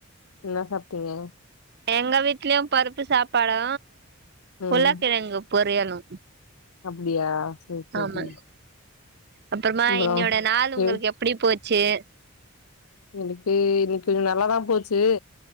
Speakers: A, on the left; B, on the right.
A: என்னா சாப்ட்டீங்க
B: எங்க வீட்லயு பருப்பு சாப்பாடு
A: ம்
B: உருளக்கெழங்கு பொரியலு
A: அப்டியா சரி சரி
B: ஆமாங் அப்பறமா
A: அப்றோ
B: இன்னையோட நாள் உங்களுக்கு
A: எ
B: எப்டி போச்சு
A: எனக்கு இன்னைக்கு கொஞ்ச நல்லாதா போச்சு